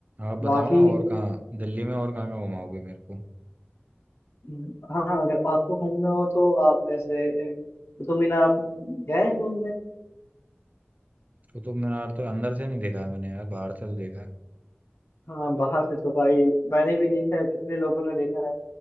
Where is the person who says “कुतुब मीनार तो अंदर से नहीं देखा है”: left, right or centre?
Right